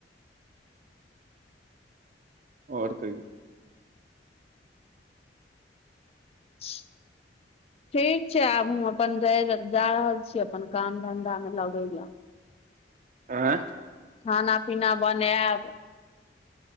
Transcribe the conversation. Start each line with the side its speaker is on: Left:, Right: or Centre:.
Right: ओर कहियो
Left: <inaudible> ठीक छै आब अपन जा रहल छी अपन काम धंधा मे लगौ ल
Right: <unintelligible>
Left: खाना पीना बनायब